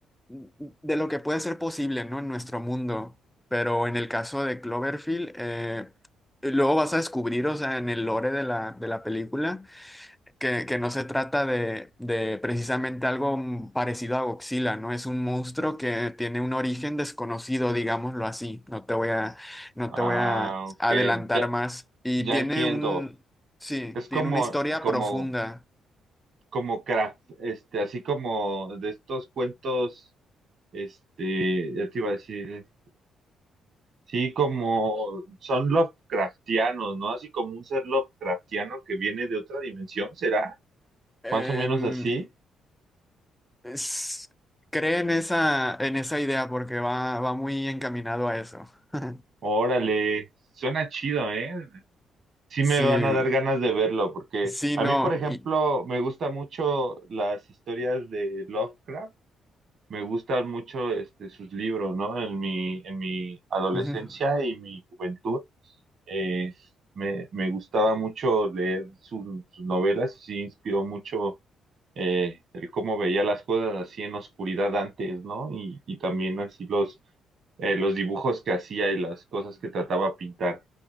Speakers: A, in the centre; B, on the right.
A: de lo que puede ser posible, ¿no? En nuestro mundo. Pero en el caso de Cloverfield, eh, luego vas a descubrir, o sea, en el lore de la, de la película, que, que no se trata de, de precisamente algo mm, parecido a Godzilla, ¿no? Es un monstruo que tiene un origen desconocido, digámoslo así. No te voy a, no
B: Ah,
A: te voy a
B: ok,
A: adelantar
B: ya,
A: más. Y
B: ya
A: tiene
B: entiendo.
A: un, sí,
B: Es como,
A: tiene una historia
B: como,
A: profunda.
B: como craft, este, así como de estos cuentos. Este, ya te iba a decir, sí, como son Lovecraftianos, ¿no? Así como un ser Lovecraftiano que viene de otra dimensión, ¿será?
A: Em,
B: Más o menos así.
A: Es- cree en esa, en esa idea porque va, va muy encaminado a eso. <laughs>
B: Órale, suena chido, ¿eh? Sí
A: Sí,
B: me van a dar ganas de verlo, porque
A: sí,
B: a
A: no.
B: mí, por ejemplo,
A: Y,
B: me gustan mucho las historias de Lovecraft, me gustan mucho este, sus libros, ¿no? En mi, en mi adolescencia
A: ujú,
B: y mi juventud. eh, me, me gustaba mucho leer su- sus novelas y sí inspiró mucho eh, el cómo veía las cosas así en oscuridad antes, ¿no? Y, y también así los, eh, los dibujos que hacía y las cosas que trataba de pintar.